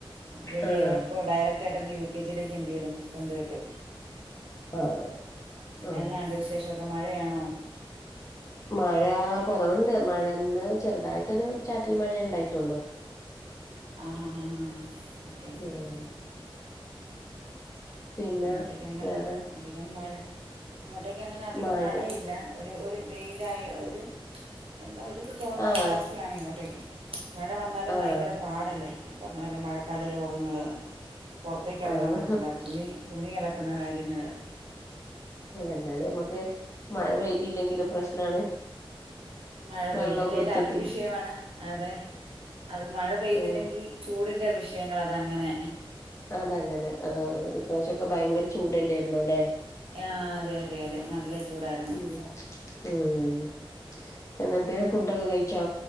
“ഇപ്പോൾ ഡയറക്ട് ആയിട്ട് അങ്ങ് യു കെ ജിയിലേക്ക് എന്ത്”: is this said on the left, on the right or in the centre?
Right